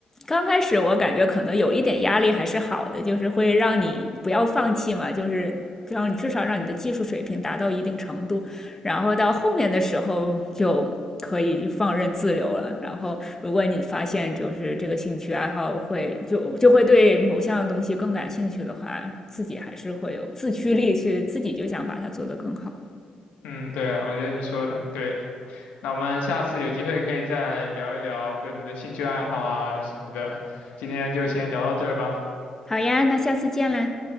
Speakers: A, on the left; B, on the left.
A: 刚开始我感觉可能有一点压力还是好的，就是会让你不要放弃嘛，就是让你至少让你的技术水平达到一定程度，然后到后面的时候就可以放任自流了。然后如果你发现就是这个兴趣爱好会就就会对某项东西更感兴趣的话，自己还是会有自驱力去自己就想把它做得更好。
B: 嗯，对，我觉得你说的很对。那我们下次有机会可以再聊一聊各自的兴趣爱好啊什么的。今天就先聊到这儿吧。
A: 好呀，那下次见啦，